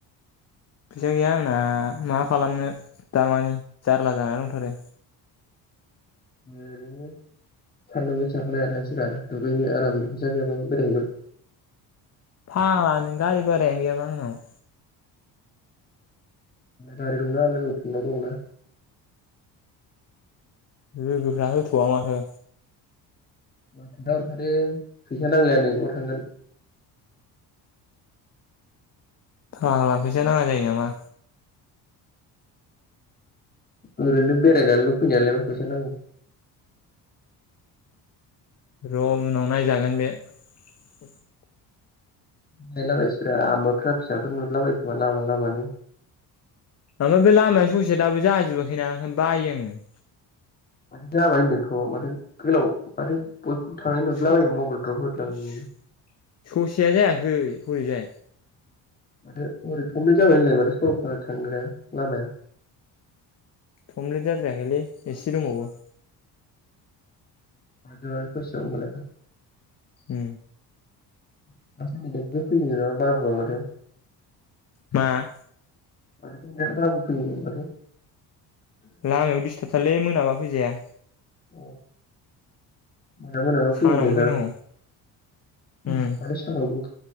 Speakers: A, on the left; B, on the left.
A: फैसा गैया आंना मा खालामनो दामानि जारला जाना दंथारो
B: ओरैनो सान्दुं गोसाखौ नायना थांसैब्रा दुगैनो आराम फैसा गैयाबाबो बेरायहैगोन
A: फाग्लानो गारि बारायानो गैयाबा आंनाव
B: गारि दंना लोगोफोरनाव दंंना
A: लोगोफ्रा होथ'वा माथो
B: आं खोन्था हरखादों फैसा नांलायानो ज' थांगोन
A: फाग्ला फै सा नाङा जायो नामा
B: ओरैनो बेरायनानै ल फैनायालाय मा फैसा नांगौ
A: र' उनाव नायजागोन बे <unintelligible>
B: नायलाबायसैब्रा मोख्रा फिसाफोर नुदलाबायोखोमा लामा लामानो
A: ओमफाय बे लामाया ससेया दाबो जाजोबाखैना ओंखायनो बायो आङो
B: माथो जाबाय होन्दोंथ' माथो गोलाव माथो बयखौबो थांनाय नुदलाबायो
A: स-स-ससेया
B: मबाइलफ्राव होदलाबायो नुयो।
A: जायाखै हरैजाय
B: माथो ओरै थमब्ले जाबाय होनलाय माथो सरलपारा थांग्राया लामाया
A: थमलेट जाद्रायाखैलै एसे दंबावो
B: <unintelligible>
A: ओम।
B: <unintelligible> बाबुवा माथो
A: मा?
B: <unintelligible> बाबु फोयोनो माथो?
A: लामायाव डिस्टार्ब थारलै मोनाबा फैजाया
B: औ। मोना मोनाबा
A: सानावनो
B: फैयोदोंना
A: फैनांगौ
B: माथो
A: उम
B: सानावबो ओंख